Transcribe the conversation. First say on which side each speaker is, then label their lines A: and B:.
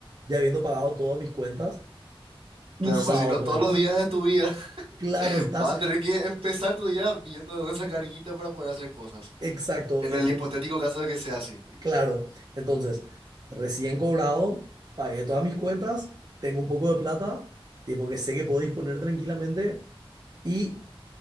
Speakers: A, on the right (about 40°); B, on the right (about 75°).
A: ya habiendo pagado todas mis cuentas, un
B: claro,
A: sábado,
B: pues si no,
A: ponele.
B: todos los días de tu vida <laughs>
A: Claro, estás
B: vas a tener que empezar tu día viendo esa carguita para poder hacer cosas.
A: exacto.
B: En
A: Entonces,
B: el hipotético caso de que sea así.
A: claro, entonces, recién cobrado, pagué todas mis cuentas, tengo un poco de plata, tipo que sé que puedo disponer tranquilamente y